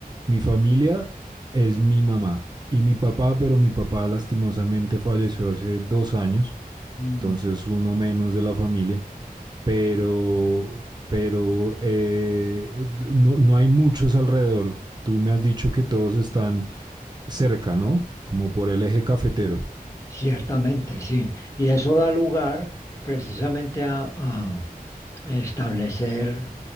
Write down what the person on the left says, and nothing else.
Mm,
ciertamente, sí. Y eso da lugar precisamente a, a establecer,